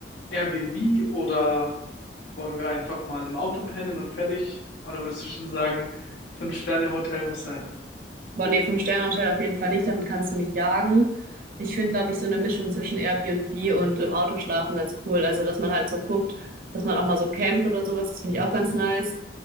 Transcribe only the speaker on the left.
Airbnb oder wollen wir einfach mal im Auto pennen und fertig? Oder würdest du schon sagen, Fünf-Sterne-Hotel muss sein?